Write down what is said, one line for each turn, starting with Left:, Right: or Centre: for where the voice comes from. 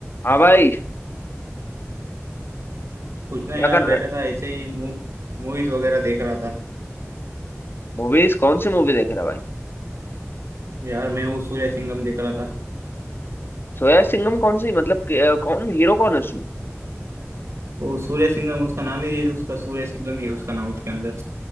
Left: हाँ भाई
Right: कुछ नहीं
Left: क्या
Right: यार
Left: कर
Right: बैठा
Left: रहा है
Right: था ऐसे ही मूवीज वगैरह देख रहा था
Left: मूवीज कौन सी मूवी देख रहा है भाई
Right: यार मैं वो सूर्य सिंघम देख रहा था
Left: सोया सिंघम कौन सी मतलब कि- अ, कौन हीरो कौन है उसमें
Right: वो सूर्य सिंघम उसका नाम ही उसका सूर्य सिंघम ही है उसका नाम उसके अंदर